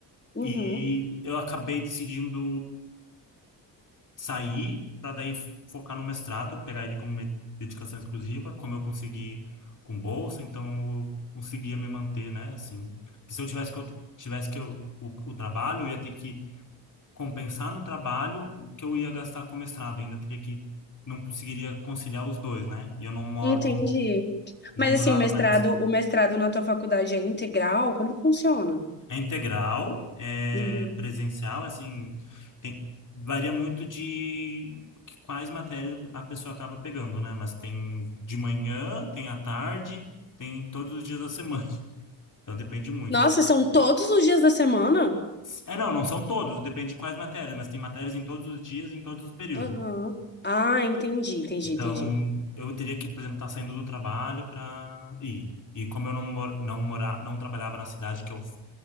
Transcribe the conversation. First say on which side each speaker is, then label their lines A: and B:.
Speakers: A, on the left; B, on the left.
A: uhum.
B: E eu acabei decidindo sair para daí focar no mestrado, pegar ele como me- dedicação exclusiva, como eu consegui com bolsa, então eu conseguia me manter, né? Assim, Porque se eu tivesse que eu tivesse que eu, o, o trabalho, eu ia ter que compensar no trabalho o que eu ia gastar com o mestrado. Ainda teria que, não conseguiria conciliar os dois, né? E eu não, mo-
A: Entendi.
B: não
A: Mas
B: morava
A: assim, o mestrado,
B: mais. assim.
A: o mestrado na tua faculdade é integral? Como funciona?
B: É integral, é
A: Uhum.
B: presencial, assim, tem, varia muito de quais matérias a pessoa acaba pegando, né? Mas tem de manhã, tem à tarde, tem todos os dias da semana. <laughs> Então depende muito.
A: Nossa,
B: assim.
A: são todos os dias da semana?
B: É, não, não são todos, depende de quais matérias, mas tem matérias em todos os dias, em todos os períodos.
A: Aham. Ah, entendi, entendi,
B: Então,
A: entendi.
B: eu teria que, por exemplo, estar saindo do trabalho para ir. E como eu não mor não morar, não trabalhava na cidade que eu f-